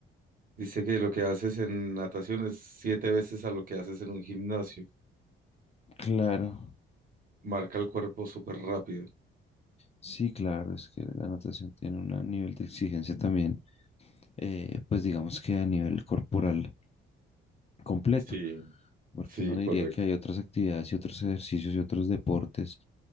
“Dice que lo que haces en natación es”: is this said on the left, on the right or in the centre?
Right